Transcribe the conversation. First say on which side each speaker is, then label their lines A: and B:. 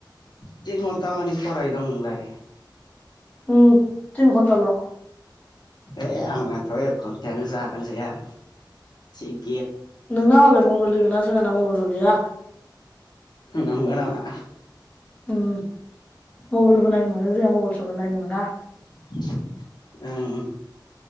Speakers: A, on the left (about 60°); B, on the left (about 20°).
A: तिन घन्टा मानि फरायदों नोंलाय।
B: उम तिन घन्टाल
A: ए आंनाथ एक खन्थायानो जागोन जाया। <unintelligible>
B: नोंना मालाय मबाइल दोङो ना जोंहाना मबाइलबो गैया
A: नंगो नामा।
B: उम मबेलबो नायनो मोना जोंहा मबेल नायनो मोना।
A: <unintelligible> ओं